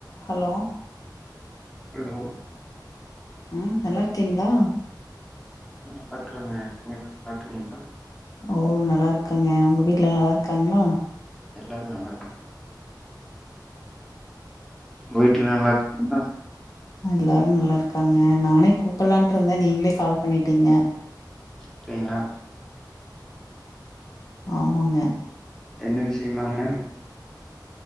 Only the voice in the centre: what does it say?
hello
ம் நல்லார்க்கேங்க நீங் நல்லாருக்கிங்ளா
எல்லாரு நல்லார்க்கா உங்க வீட்ல நல்லார்காங்ளா
அப்டிங்ளா
என்ன விஷயமாங்க